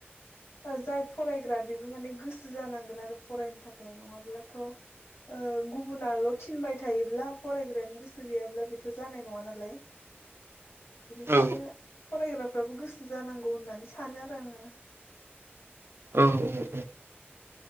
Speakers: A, on the left; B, on the right.
A: ओ जाय फरायग्रा बेबो माने गोसो जानांगोन आरो फरायनो थाखाय नङाब्लाथ ओ गुबुनाल थिनबाय थायोब्ला फरायग्रायानो गोसो गैयाब्ला बि थ जानाय नङा नालाय। बेनिखायनो
B: औ
A: फरायग्रा फ्राबो गोसो जानांगौ होननानै सानो आरो आङो।
B: औ औ औ।